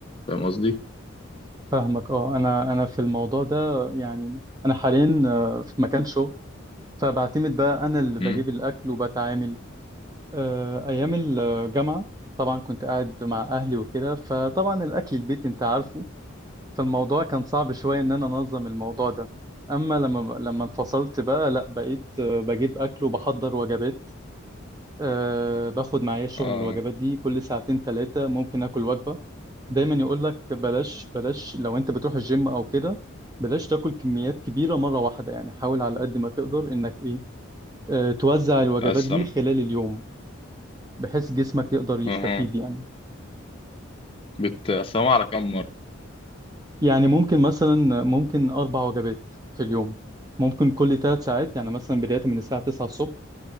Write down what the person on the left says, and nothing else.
فاهم قصدي؟
امم
اه
تقسم
اها
بتقسمها على كم مره؟